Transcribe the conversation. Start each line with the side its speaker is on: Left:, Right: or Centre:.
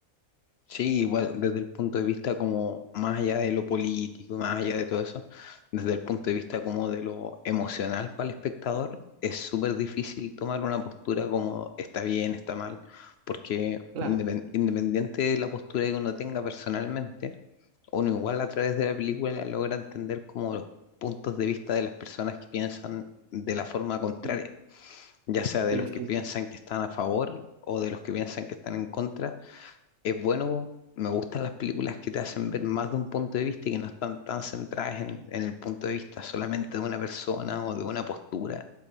Left: Sí, igual desde el punto de vista como más allá de lo político, más allá de todo eso, desde el punto de vista como de lo emocional para el espectador,
Right: Ujú.
Left: es súper difícil tomar una postura como está bien, está mal, porque
Right: Claro.
Left: independ- independiente de la postura que uno tenga personalmente, uno igual a través de la película logra entender como los puntos de vista de las personas que piensan de la forma contraria,
Right: Sí,
Left: ya sea de
Right: Sí,
Left: los que
Right: sí.
Left: piensan que están a favor o de los que piensan que están en contra es bueno, me gustan las películas que te hacen ver más de un punto de vista y que no están tan centradas en, en el punto de vista solamente de una persona o de una postura,